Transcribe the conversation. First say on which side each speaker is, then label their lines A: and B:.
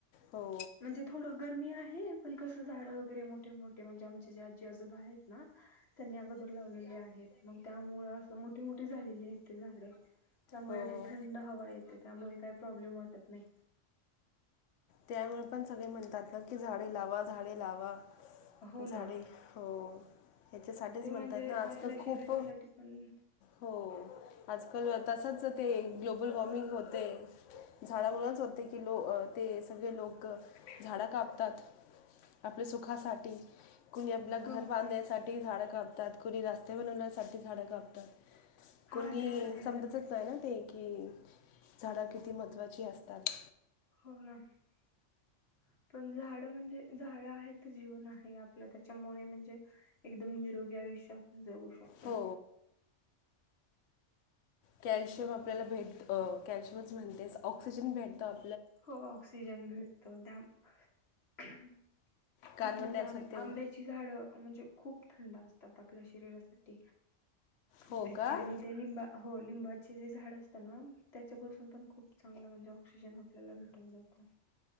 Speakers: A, on the left (about 75°); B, on the left (about 55°).
A: हो
B: म्हणजे थोड गरमी आहे पण कस झाड वगैर. वगैरे मोठे मोठे म्हणजे आमचे जे आजी आजोबा आहेत ना त्यांनी अगोदर लावलेले आहेत मग त्यामुळे असं मोठीे मोठी झालेली आहेत ते झाडे. <inaudible> त्यामुळे
A: हो
B: अशी थंड हवा येते. काय प्रॉब्लेम वाटत नाही.
A: त्यामुळे पण सगळे म्हणतात. ना की झाडे लावा, झाडे लावा. <inaudible>
B: हो
A: झाडे
B: ना
A: हो हयाच्यासाठीच
B: ते
A: म्हणतात
B: म्हणजे
A: ना आजकाल
B: आपल्या
A: खूप
B: शरीरासाठी पण
A: हो आजकाल तसंच ते ग्लोबल वॉर्मिंग होत. ते झाडामुळेच होते की लो ते सगळे लोक झाडं कापतात. <inaudible> आपल्या सुखासाठी कुणी आपलं घर
B: हो ना
A: बांधण्यासाठी झाडं काप त्यात कोणी रस्ते बनवण्यासाठी झाडं कापतात
B: हा
A: कोणी
B: ते तर आहे
A: समजतच
B: बा
A: नाही ना ते की झाडं किती महत्त्वाची असतात
B: हो ना <inaudible> पण झाड म्हणजे झाड आहे तर जीवन आहे आपलं त्याच्यामुळे म्हणजे एकदम निरोगी आयुष्यात जगू शकता
A: हो कॅल्शियम आपल्याला भेट कॅल्शियमच म्हणते ऑक्सिजन भेटतात.
B: हो ऑक्सिजन भेटतो दम त्यात
A: कार्बन
B: म्हणजे
A: डायऑक्साईड
B: आं
A: ते
B: आंब्याची झाड म्हणजे खूप थंड असतात आपल्या शरीरा सुट आंब्याची
A: हो का
B: आणि ते लिंबा हो लिंबाचे जे झाड असत ना त्याच्यापासून पण खूप चांगलं म्हणजे ऑक्सिजन आपल्याला भेटून जातो